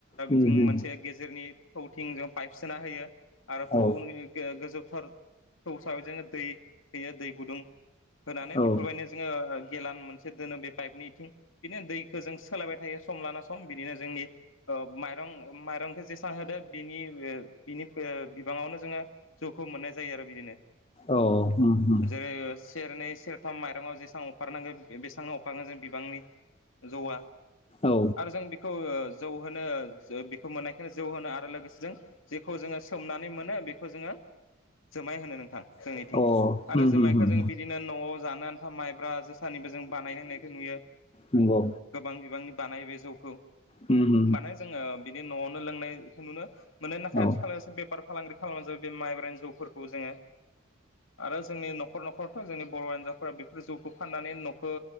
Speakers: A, on the left (about 30°); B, on the left (about 85°).
A: उम
B: थिं
A: उम
B: मोनसे गेजेरनि थौथिं जों पाइप सोना होयो आरो
A: औ
B: थौनि गो-गोजौ फोथार थौ हिसाबै जोङो दै होयो दै गुदुं होनानै
A: औ
B: बेफोरबायदिनो जोङो ओ गेेलान मोनसे दोनो बे पाइपनि ओथिं बिदिनो दैखौ जों सोलायबाय थायो सम लाना सम बिदिनो जोंनि ओ माइरं उम माइरंखौ जेसेबां होदो बिनि ओ बिनि ओ बिबाङावनो जोङो जौखौ मोननाय जायो आरो बिदिनो।
A: औ उम उम
B: जेरै ओ सेरनै सेरथाम माइरंआव जेस सां अखारनांगौ बेसेंनो अखारनो जे बिबांनि जौआ
A: औ
B: आरो जों बेखौ ओ जौ होनो जो बेखौ मोननायखायनो जौ होनो आरो लोगोसे जेखौ जोङो सोमनानै मोनो बेखौ जोङो जुमाय होनो नोंथां जोंनिथिं
A: अ
B: आरो
A: उम
B: जुमायखौ
A: उम उम
B: जों बिदिनो न'आव जानो जथा माइब्रा जोसानिबो जों बानाय नायनायखौ नुयो
A: नंगौ
B: गोबां बिबांनि बानायो बे जौखौ। मानोे
A: उम उम
B: जोङो बिदि न'आवनो लोंनायखौ नुनो मोनो नाथाय
A: औ
B: आथिखालावसे बेफार फालांगि खालामनानै जाबाय बे माइब्रानो जौफोरखौ जोङो आरो जोंनि न'खर न'खरथ' जोंनि बर' हिजावफोरा बेफोर जौखौ फाननानै न'खौ